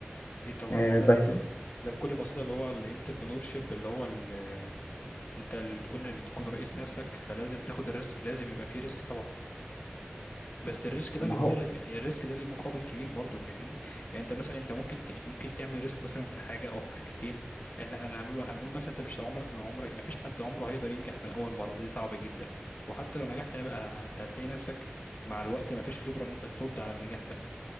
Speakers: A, on the left; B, on the left.
A: اكيد طبعا
B: إيه
A: الموضوع
B: بس
A: ده بكل بساطه اللي هو الانتربرنور شيب اللي هو ال- انت اللي تكون اللي تكون رئيس نفسك فلازم تاخد الريسك لازم يبقى فيه ريسك طبعا بس الريسك ده
B: ما
A: مقابل
B: هو
A: يعني الريسك ده ليه مقابل كبير برضه فاهمني يعني انت مثلا انت ممكن ت... ممكن تعمل ريسك مثلا في حاجه او في حاجتين احنا انا هنقول هنقول مثلا انت مش عمرك ما عمرك ما فيش حد عمره هيقدر ينجح من اول مره ده صعب جدا وحتى لو نجحت هيبقى هت- هتلاقي نفسك مع الوقت ما فيش خبره ان انت تصد على النجاح ده